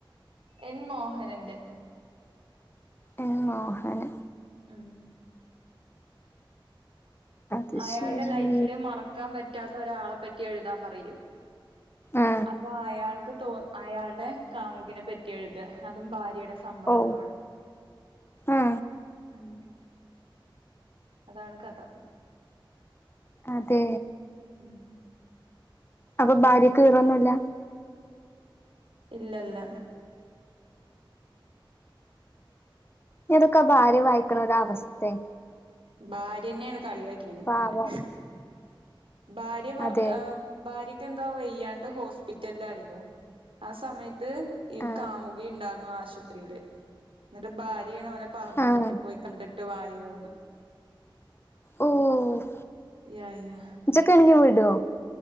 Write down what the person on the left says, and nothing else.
എൻ മോഹന്
അത്
ശരി
ആ
ഓ ആ
അതെ
അപ്പൊ ഭാര്യക്ക് ഈറൊന്നുല്ല
അതൊക്കെ ആ ഭാര്യ വായിക്ക് ണേ ഒരവസ്ഥയ
പാവം
അതെ
ആ
ആ
ഓഹ്
ഇജ്ജോക്കെ ആണെങ്കിൽ വിടോ